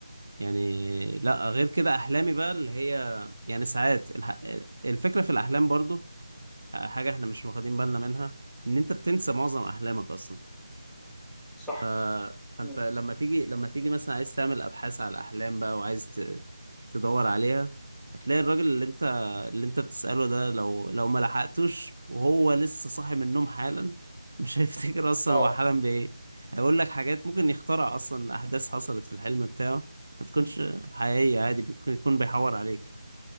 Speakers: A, on the right; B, in the centre.
A: يعني لا غير كده احلامي بقى اللي هي يعني ساعات الح... الفكره في الاحلام برضو حاجه احنا مش واخدين بالنا منها ان انت بتنسى معظم احلامك اصلا
B: صح
A: ف... فانت
B: مم.
A: لما تيجي لما تيجي مثلا عايز تعمل ابحاث على الاحلام بقى وعايز ت... تدور عليها هتلاقي الراجل اللي انت اللي انت بتسأله ده لو لو ما لحقتوش وهو لسه صاحي من النوم حالا مش <laughs> هيفتكر اصلا
B: اه
A: هو حلم بايه هيقول لك حاجات ممكن يخترع اصلا احداث حصلت في الحلم بتاعه ما تكونش حقيقية عادي بيكون يكون بيحور عليك